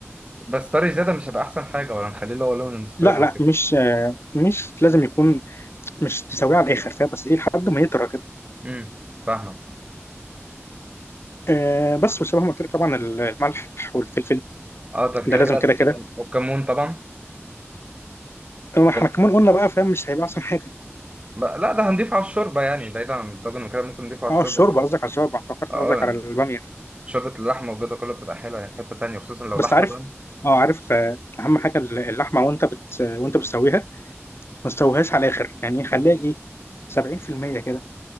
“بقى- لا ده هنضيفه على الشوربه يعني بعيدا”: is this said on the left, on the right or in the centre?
Right